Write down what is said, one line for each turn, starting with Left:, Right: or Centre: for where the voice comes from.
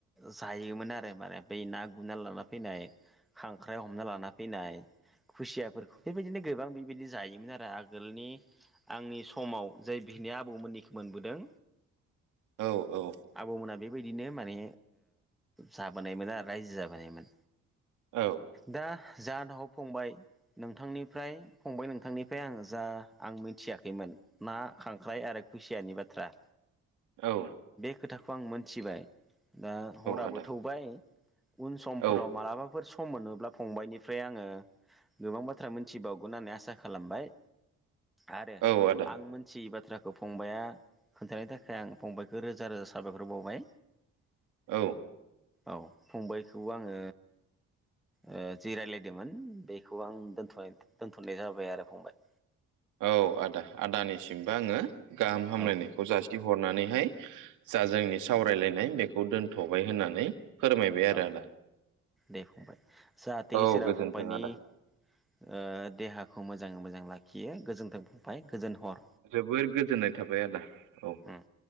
Centre: जायोमोन आरो माने बै ना गुरना लाना फैनाय। खांख्राइ हमना लाना फैनाय खुसियाफोरखौ बेबायदिनो गोबां बि बेदि जायोमोन आरो आगोलनि आंनि समाव जाय बिनाया आबौमोननिखौ मोनबोदों
Right: औ-औ
Centre: आबौमोना बेबायदिनो माने जाबोनायमोन आरो रायजो जाबोनायमोन
Right: औ
Centre: दा जा नाव फंबाय नोंथांनिफ्राय फंबाय नोंथांनिफ्राय आं जा आं मिथियाखैमोन ना खांख्राय आरो खुसियानि बाथ थ्रा
Right: औ
Centre: खोथाखौ आं मोनथिबाय दा हराबो
Right: आदा
Centre: थौबाय उन
Right: औ
Centre: फोराव मालाबाफोर स सम मोनोब्ला फंबायाइनिफ्राय आङो गोबां बाथ्रा मोनथिबावगोन होननानै आसा खालामबाय आरो
Right: औ आदा
Centre: आं मोनथियोबा बाथ्राखौ फंबाया खोन्थानायनि थाखाय आं फंबायखौ रोजा रोजा साबायखर बावबाय
Right: औ
Centre: औ फंबायखौबो आङो ओ जि रायलायदोंमोन बेखौ आं दोनथ'नाय दोनथ'नाय जाबाय आरो फंबाय
Right: औ आदा आदानिसिमबो आङो गाहाम हामलायनायखौ
Centre: औ
Right: जासि हरनानैहाय जा जोंनि सावरायलायनाय बेखौ दोनथ'बाय होननानै फोरमायबाय आरो
Centre: औ
Right: आदा
Centre: दे फंबाय जाहाथे
Right: औ
Centre: इसोरा
Right: गोजोन्थों
Centre: फंबायनि
Right: आदा
Centre: ओ देहा खौ मोजाङै मोजां लाखियो गोजोन्थों फंबाय। गोजोन हर
Right: जोबोर गोजोननाय थाबाय आदा औ
Centre: उम